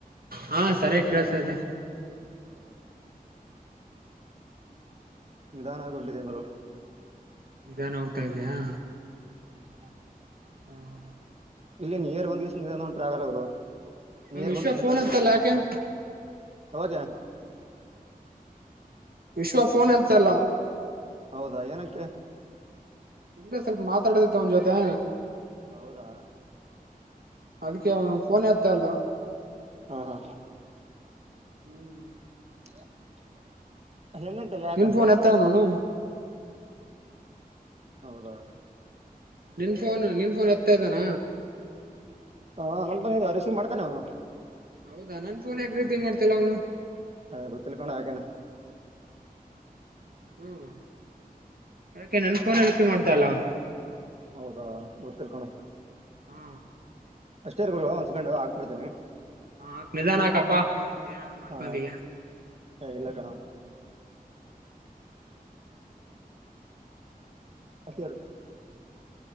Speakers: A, on the right (about 75°); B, on the right (about 45°).
A: ಹಾ ಸರಿಯಾಗಿ ಕೇಳ್ಸ್ತಾದೆ.
B: ಹೌದ. ನಿಧಾನ ಆಗ್ ಹೊಂಟಿದ್ದೀನಿ ಗುರು.
A: ನಿಧಾನ ಹೋಗ್ತಾ ಇದಿಯಾ.
B: <inaudible>
A: ಹಾ, ಹಾ
B: ಇಲ್ಲಿ ನೀಯರ್ ಬಂದ ನೀ ಉಂಟ್ರ ಆಗಲ್ಲ ಅವರು.
A: ಅವನು
B: ನಿಯರ್
A: ವಿಶ್ವ
B: ಬಂದು ನಿಧಾನ್
A: ಫೋನ್
B: ಹೊಂಟಿದೀನಿ.
A: ಹಚ್ಚಲ್ಲ ಯಾಕೆ
B: ಯಾವಾಗೆ
A: ವಿಶ್ವ ಫೋನ್ ಹಳ್ತಲ್ಲ.
B: ಹೌದಾ ಏನಕ್ಕೆ.
A: ಇಲ್ಲೆ ಸ್ವಲ್ಪ ಮಾತಾಡೋದತ್ತು ಅವನ್ ಜೊತೆ.
B: ಹೌದಾ,
A: ಅದಕ್ಕೆ ಅವನು ಫೋನ್ ಎತ್ತ ಇಲ್ಲ.
B: ಹಾ, ಹಾ
A: ಹ್ಮ್.
B: <unintelligible> ಯಾಕಂತ
A: ನಿನ್ ಫೋನ್ ಎತ್ತ ಅವನು
B: ಹೌದಾ,
A: ನಿನ್ ಫೋನ್ ನಿನ್ ಫೋನ್ ಎತ್ತ ಇದ್ದಾನ.
B: ಹ <unintelligible> ರೆಸಿವ್ ಮಾಡ್ತಾನೆ ಅವನು
A: ಹೌದಾ ನನ್ ಫೋನ್ ಯಾಕ ರಿಸೀವ್ ಮಾಡ್ತಲ್ಲ ಅವ್ನು.
B: ಹಗೊತಿಲ್ಲ ಕಣೋ ಯಾಕ್ ಏನ್.
A: ಹ್ಮ್ ಯಾಕೆ ನನ್ ಫೋನೇ ರಿಸೀವ್ ಮಾಡ್ತಲ್ಲ ಅವನು.
B: ಹೌದಾ ಗೊತ್ತಿಲ್ಲ ಕಣೋ.
A: ಹಾ,
B: ಅಷ್ಟೇ ಇರ್ ಗುರು ಒಂದ್ ಸೆಕೆಂಡ್ ಹಾಕ್ ಬಿಡ್ತನಿ.
A: ಹಾ ನಿಧಾನ ಆಕಪ್ಪಾ ಮತ್ತೆ ಏನ್ ಅನ್ ಮಾಡ್ಕೊಂತೀಯ.
B: ಹಾ ಇಲ್ಲ ಕಣೋ <unintelligible>